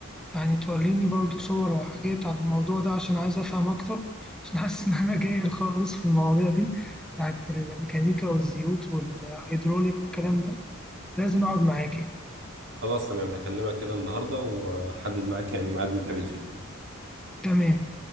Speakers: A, in the centre; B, on the right (about 60°).
A: يعني توريني برضو صور وحاجات عن الموضوع ده عشان عايز أفهم أكتر عشان حاسس إن أنا جاهل خالص في المواضيع دي بتاعت الميكانيكا والزيوت والهيدروليك والكلام ده لازم أقعد معاك يعني.
B: خلاص تمام هكلمك كده النهاردة وأحدد معاك يعني ميعاد نتقابل فيه
A: تمام